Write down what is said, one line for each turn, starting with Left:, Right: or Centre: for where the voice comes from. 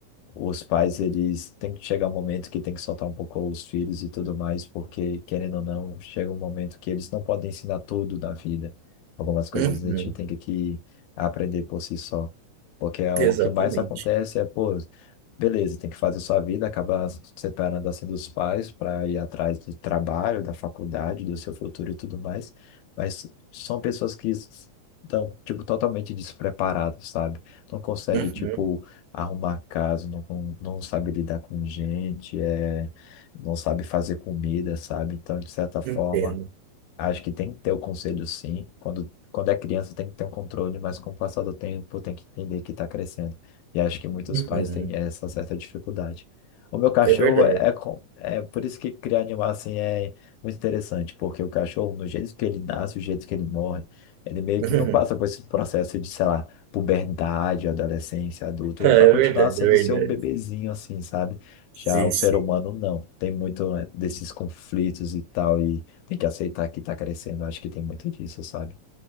Left: os pais, eles têm que chegar um momento que tem que soltar um pouco os filhos e tudo mais, porque, querendo ou não, chega um momento que eles não podem ensinar tudo na vida. Algumas coisas
Right: uhum,
Left: a gente tem que que aprender por si só. Porque é o
Right: exatamente.
Left: que mais acontece é, pô, beleza, tem que fazer sua vida, acabar se separando assim dos pais para ir atrás do trabalho, da faculdade, do seu futuro e tudo mais. Mas são pessoas que estão, tipo, totalmente despreparadas, sabe? Não consegue,
Right: Uhum,
Left: tipo, arrumar casa, não, con- não sabe lidar com gente, é, não sabe fazer comida, sabe? Então, de certa forma.
Right: entendo.
Left: Acho que tem que ter o conselho, sim. Quando, quando é criança, tem que ter um controle, mas com o passar do tempo, tem que entender que está crescendo. E acho que muitos
Right: Uhum,
Left: pais têm essa certa dificuldade. O meu cachorro
Right: é verdade.
Left: é, é com- é por isso que criar animal assim é muito interessante, porque o cachorro, no jeito que ele nasce, o jeito que ele morre, ele meio
Right: <laughs>
Left: que não passa por esse processo de, sei lá, puberdade, adolescência, adulto. Ele vai
Right: É
Left: continuar
Right: verdade,
Left: sendo
Right: é verdade.
Left: seu bebezinho, assim, sabe? Já
Right: Sim,
Left: o ser
Right: sim.
Left: humano não. Tem muito né, desses conflitos e tal. e tem que aceitar que tá crescendo. Acho que tem muito disso, sabe?